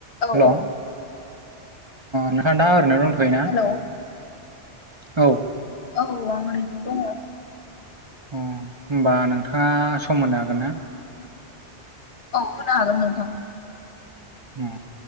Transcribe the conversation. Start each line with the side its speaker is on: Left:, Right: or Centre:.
Left: औ
Right: हेल'
Left: औ
Right: अ नोंथां दा ओरैनो दंथ'यो ना?
Left: हेलौ
Right: औ,
Left: औ आं ओरैनो दङ।
Right: उम होमबा नोंथाङा सम होनो हागोन ना?
Left: औ होनो हागोन नोंथां।
Right: उम